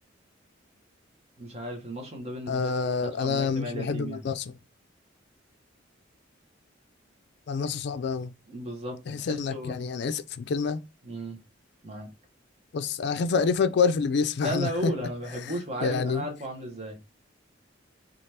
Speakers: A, on the right; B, on the left.
A: مش عارف المشروم ده بالنسبة
B: آه
A: لي أسوأ
B: انا
A: من أكل
B: مش
A: مال
B: بحب
A: اليتيم
B: ملمسه
A: يعني
B: ملمسه صعب قوي
A: بالظبط
B: تحس
A: تحسه
B: انك يعني انا اسف في الكلمة
A: امم معاك
B: بس انا خايف اقرفك واقرف اللي بيسمعنا
A: لا لا أقول
B: <laughs>
A: أنا ما بحبوش وعارف
B: يعني
A: أنا عارف هو عامل إزاي